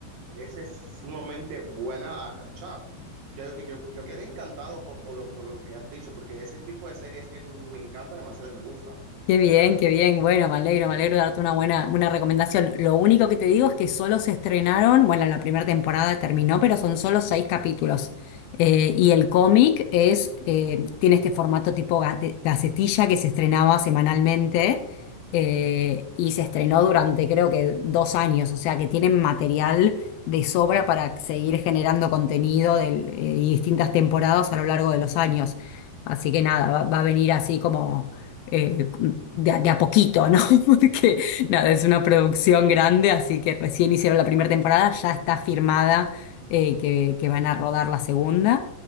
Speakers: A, on the right; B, on the left.
A: esa es sumamente buena a, a Chap. Yo, yo, yo quedé encantado con, con, lo, con lo que has dicho, porque ese tipo de series que me encanta demasiado y me gusta.
B: Qué bien, qué bien. Bueno, me alegro, me alegro de darte una buena, una recomendación. Lo único que te digo es que solo se estrenaron, bueno, la primera temporada terminó, pero son solo seis capítulos. Eh, y el cómic es, eh, tiene este formato tipo gate- gacetilla que se estrenaba semanalmente, eh, y se estrenó durante creo que dos años, o sea que tienen material de sobra para seguir generando contenido del- eh, y distintas temporadas a lo largo de los años. Así que nada, va, va a venir así como eh, de, a de a poquito, ¿no? <laughs> Porque nada, es una producción grande, así que recién hicieron la primera temporada, ya está firmada eh, que, que van a rodar la segunda,